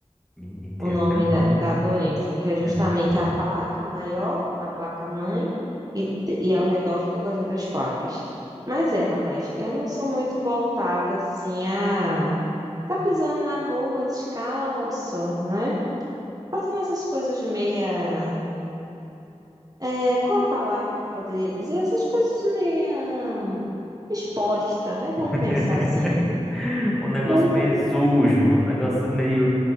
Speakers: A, in the centre; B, on the right (about 30°).
A: Menino, Tem
B: o nome
A: até um nome.
B: da, da doença, que é justamente
A: é,
B: a placa maior, a placa mãe, e, e ao redor fica com as outras placas. Mas é, rapaz, eu não sou muito voltada assim a. Tá pisando na rua descalço, né? Fazendo essas coisas meia. É, qual a palavra que eu poderia dizer? Essas coisas meia exposta, né? Vamos
A: <laughs>
B: pensar assim.
A: Um negócio
B: Eu
A: meio sujo, um negócio meio